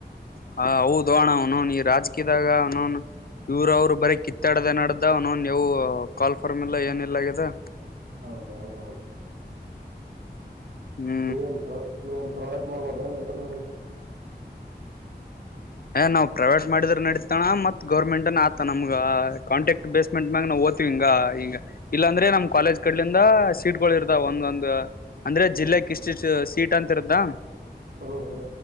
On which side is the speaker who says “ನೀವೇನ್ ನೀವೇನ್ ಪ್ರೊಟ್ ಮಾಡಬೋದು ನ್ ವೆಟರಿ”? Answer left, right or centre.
Right